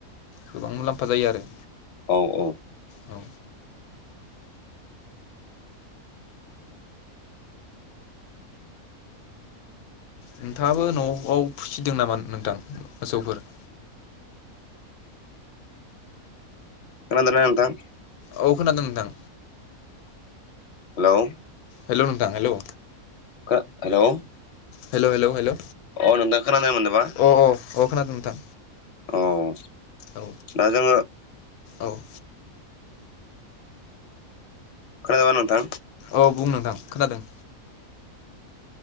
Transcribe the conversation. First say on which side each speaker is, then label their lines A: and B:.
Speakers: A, on the left; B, on the left.
A: गोबां मुलाम्फा जायो आरो
B: औ औ
A: औ नोंथाङाबो न'आव फिसिदों नामा नोंथां मोसौफोर?
B: खोनादोंना नोंथां?
A: औ खोनादों नोंथां
B: हेलौ
A: हेलौ नोंथां हेलौ
B: खो हेलौ
A: हेल' हेल' हेल'
B: अ' नोंथां खोनानो मोनदोबा?
A: अ' अ' अ' खोनादों नोंथां
B: औ
A: औ
B: दा जोङो
A: औ-
B: खोनादोंना नोंथां
A: औ बुं नोंथां खोनादों।